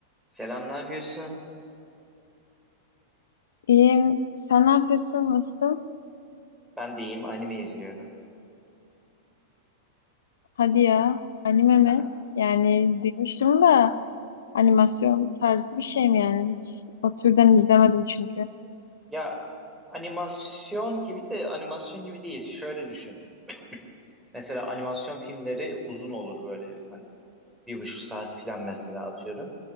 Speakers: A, in the centre; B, on the left.
A: Selam, ne yapıyorsun?
B: İyiyim. Sen ne yapıyorsun? Nasıl?
A: Ben de iyiyim, anime izliyorum.
B: Hadi ya. Anime mi?
A: Aha.
B: Yani duymuştum da animasyon tarzı bir şey mi yani? Hiç o türden izlemedim çünkü.
A: Ya animasyon gibi de animasyon gibi değil. Şöyle düşün. <coughs> Mesela animasyon filmleri uzun olur böyle. hani. bir buçuk saat filan mesela atıyorum.